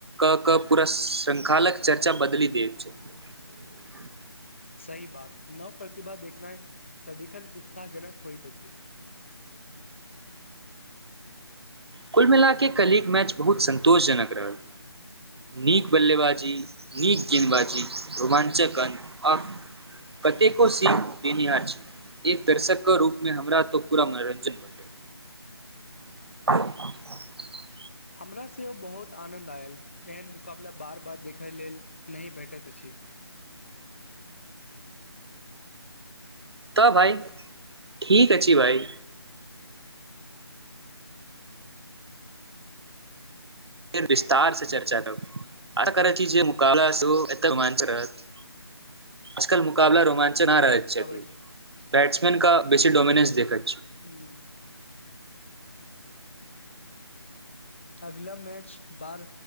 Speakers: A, on the right; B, on the left.
A: क कऽ पूरा श्रृंखालक चर्चा बदलि दैत छथि
B: सही बात नव प्रतिभा देखना है सदिखन उत्साह जननक होइत छै
A: कुल मिलाके कलग मैच बहुत सन्तोषजनक रहल नीक बल्लेबाजी नीक गेदबाजी रोमा्चक अन्न आ कतेको सीन देनिहार छै एक दर्शकके रूपमे हमरा तऽ पूरा मनोरञ्जन भेटै <inaudible>
B: हमरा सेहो बहुत आनंन्द आयल एहन मुकाबला बार बार देखै लेल नहि भेटत क छी
A: तऽ भइ ठीक अछि भइ फेर विस्तार से चर्चा करू आ करै ची जे मुाबला एत रोमाच रहत आजकल मुकाबला रोमाच <inaudible>
B: अवश्य
A: क बेसीडोमिनंस देखत
B: हू अगला मैच बार